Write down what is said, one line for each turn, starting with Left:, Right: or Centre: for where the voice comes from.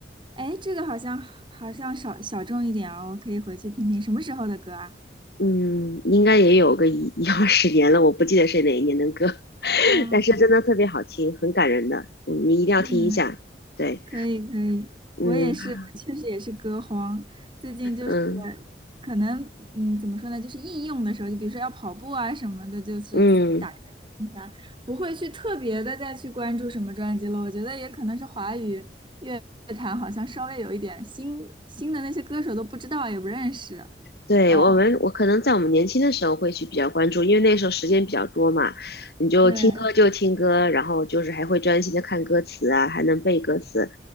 Right: 哎，这个好像好像少小众一点哦，我可以回去听听，什么时候的歌啊？
Left: 嗯，应该也有个一一二十年了，我不记得是哪一年的歌，<laughs>
Right: 嗯
Left: 但是真的特别好听，很感人的，嗯，你一定要听一下。
Right: 嗯，
Left: 对，
Right: 可以可以，
Left: 嗯
Right: 我也是，我确实也是歌荒。最近就是
Left: 嗯。
Right: 可能，嗯，怎么说呢，就是应用的时候，就比如说要跑步啊什么的，就是打开听一下，
Left: 嗯，
Right: 不会去特别的再去关注什么专辑了。我觉得也可能是华语乐坛好像稍微有一点新新的那些歌手都不知道也不认识。
Left: 对，
Right: 哦，
Left: 我们，我可能在我们年轻的时候会去比较关注，因为那时候时间比较多嘛，你就听歌就听歌，
Right: 对
Left: 然后就是还会专心的看歌词啊，还能背歌词。